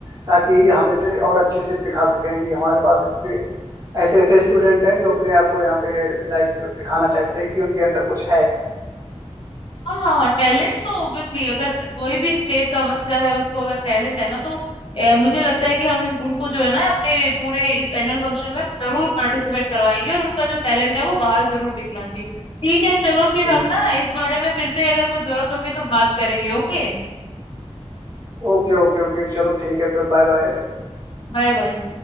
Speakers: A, on the right (about 30°); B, on the left (about 50°).
A: ताकि हम इसे और अच्छे से दिखा सकें कि हमारे पास इससे ऐसे ऐसे स्टूडेंट हैं जो अपने आप को यहाँ पे लाइक दिखाना चाहते हैं कि उनके अंदर कुछ है
B: और हाँ हाँ टैलेंट तो ऑब्वियसली अगर कोई भी स्टेट का बच्चा है उसको अगर टैलेंट है ना तो अ, मुझे लगता है कि हम इन- उनको जो है ना अपने पूरे इस एनुअल फंक्शन में जरूर पार्टिसिपेट करवाएंगे और उनका जो टैलेंट है वो बाहर जरूर दिखना चाहिए ठीक है चलो फिर
A: हम्म
B: हम ना इस बारे में फिर से अगर कोई जरूरत होगी तो बात करेंगे ओके
A: ओके ओके ओके चलो ठीक है फिर बाय बाय
B: Bye bye